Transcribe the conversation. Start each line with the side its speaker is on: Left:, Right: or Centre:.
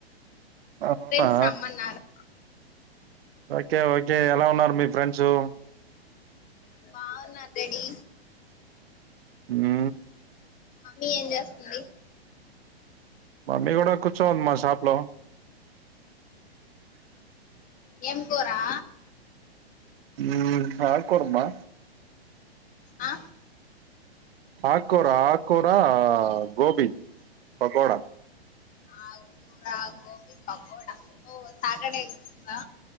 Right: అహునా
Left: ఫ్రెండ్స్ రమ్మన్నారు
Right: ఓకె ఓకె ఎలా ఉన్నారు మీ ఫ్రెండ్సు
Left: బావున్నార్ డాడీ
Right: మ్
Left: మమ్మీ ఏం చేస్తున్ది <inaudible>
Right: మమ్మీ కూడ కూర్చోనుంది మా షాప్ లో
Left: ఏం కూరా
Right: ఉమ్ ఆక్కూరబ్బా
Left: అ
Right: ఆక్కుర ఆక్కురా గోబి పకోడ
Left: ఆక్కుర గోబి పకోడ ఓ సాటర్డే కదా